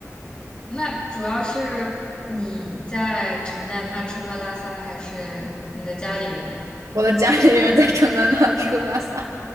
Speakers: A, on the left; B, on the right.
A: 那主要是你在承担它吃喝拉撒，还是你的家里人？
B: 我的家里人在承担他吃喝拉撒，